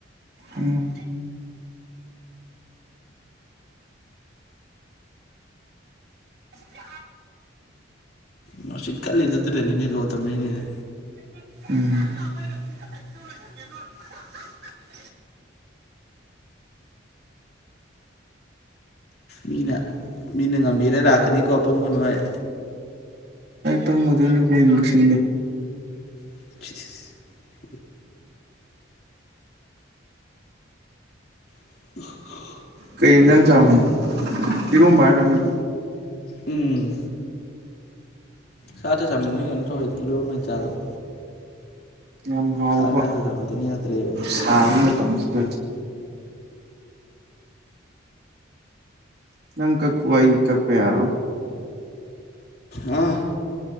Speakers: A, on the right (about 55°); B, on the left (about 50°).
A: ꯎꯝ ꯌ
B: ꯅꯨꯡꯁꯤꯠ ꯀꯠꯂꯤꯗꯗꯨꯅꯅꯤꯅꯦ ꯂꯣ ꯇꯝꯕꯩꯅꯤꯅꯦ
A: ꯎꯝ
B: ꯃꯤꯅ ꯃꯤꯅ ꯉꯝꯕꯤꯔ ꯂꯥꯛꯀꯅꯤꯀꯣ ꯑꯄꯪꯕ ꯅꯣꯏ
A: ꯇꯪꯉꯗꯁꯤ
B: <inaudible> <unintelligible> <inaudible>
A: ꯀꯩꯖꯅ ꯆꯅ ꯏꯔ ꯔꯅ ꯇ
B: ꯎꯝ ꯁꯥꯇ ꯆꯝꯟꯅ ꯀꯩꯅꯣ ꯇꯧꯋ ꯆꯥꯔꯔꯕꯣ
A: ꯌꯥꯝ ꯍꯥꯎꯕ
B: ꯑꯣꯏꯅ ꯆꯥꯔꯕ ꯁꯥ ꯉꯥ ꯆꯥꯃꯟꯗꯅ ꯌꯥꯗ꯭ꯔꯦꯕ
A: ꯁꯥꯕ ꯃꯇꯝꯁꯤꯗꯗꯤ ꯉꯪ ꯀꯛꯄ ꯏ ꯀꯛꯄꯦꯔꯣ
B: ꯑ <inaudible>